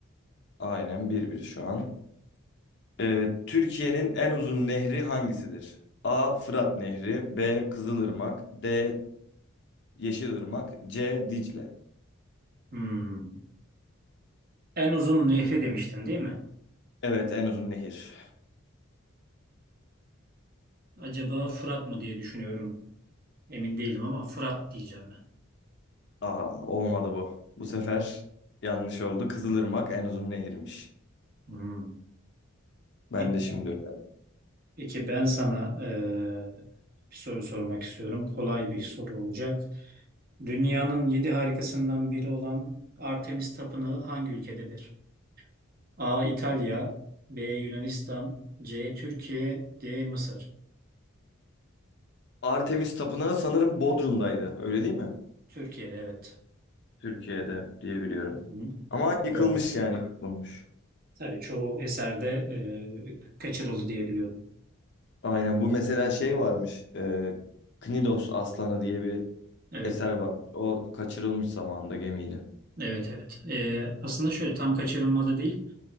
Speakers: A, on the left; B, on the right.
A: Aynen bir bir şu an. Ee, Türkiye'nin en uzun nehri hangisidir? A. Fırat Nehri B. Kızılırmak D. Yeşilırmak C. Dicle.
B: Hmm. En uzun nehri demiştin değil mi?
A: Evet, en uzun nehir.
B: Acaba Fırat mı diye düşünüyorum. Emin değilim ama Fırat diyeceğim ben.
A: Aa, olmadı bu. Bu sefer yanlış oldu. Kızılırmak en uzun nehirmiş.
B: Hmm.
A: Ben
B: Peki
A: de şimdi öğrendim.
B: peki ben sana eee, bir soru sormak istiyorum. Kolay bir soru olacak. Dünyanın yedi harikasından biri olan Artemis Tapınağı hangi ülkededir? A. İtalya B. Yunanistan C. Türkiye D. Mısır
A: Artemis Tapınağı sanırım Bodrum'daydı. Öyle değil mi?
B: Türkiye'de evet.
A: Türkiye'de diye biliyorum.
B: hı
A: Ama yıkılmış
B: Doğru.
A: yani yıkılmış.
B: Tabii çoğu eserde e, kaçırıldı diyebiliyorum.
A: Aynen bu mesela şey varmış. E, Knidos Aslanı diye bir
B: Evet,
A: eser varmış. O kaçırılmış zamanında gemiyle.
B: evet, evet. E, aslında şöyle tam kaçırılmada değil.